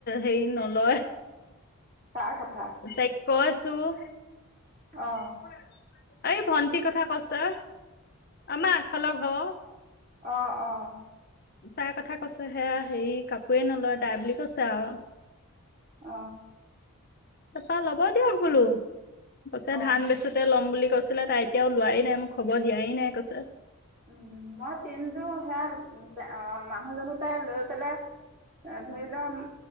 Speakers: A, on the left; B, on the right.
A: হেৰি নলয়।
B: কাৰ কথা?
A: তাইক কই, চো <unintelligible>
B: অ',
A: এই ভণ্টি কথা কৈছে। আমৰ আগফালৰ ঘৰ,
B: অহ-অহ,
A: তাৰ কথা কৈছে হেয়া হেৰি কাপোৰে নলয় তাই বুলি কৈছে আৰু।
B: অ,
A: তাৰপৰা ল'ব দিয়ক বোলো। কৈছে
B: অ',
A: ধান বেচোতে ল'ম বুলি কৈছে। তাই এতিয়াও লোৱাই নাই মোক খবৰ দিয়াই নাই কৈছে।
B: উ' মই তিনযোৰ সেয়া মানুহ জনিৰ পৰা লৈ পেলাই ধৰি লোৱা